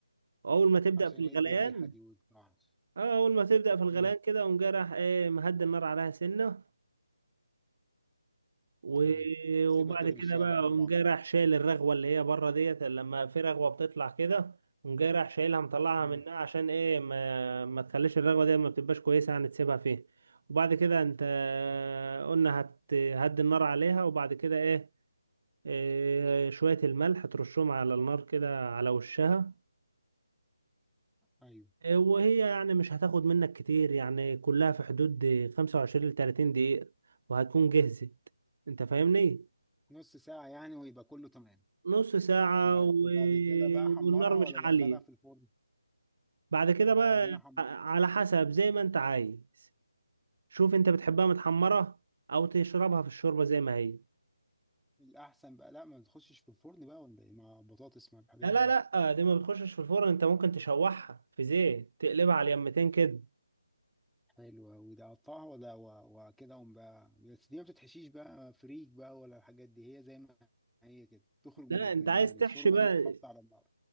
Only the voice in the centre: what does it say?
عشان
يدي الريحه دي وتقعش
امم
ايوه
سيبها تغلي
شويه
بقى
مع بعض
امم
ايوه
نص ساعه يعني ويبقى كله تمام
وبعد
وبعد كده بقى حمرها
ولا
دخلها في الفرن
وبعدين
حم...
الاحسن بقى لا ما بتخشش في الفرن بقى ولا ايه مع بطاطس مع الحاجات
دي
حلو أوي ده قطعها ولا و- وكده قوم بقى بس دي ما بتتحشيش بقى فريك بقى ولا الحاجات دي هي زي ما هي كده تخرج من
ال-
من الشوربة
دي تحط على النار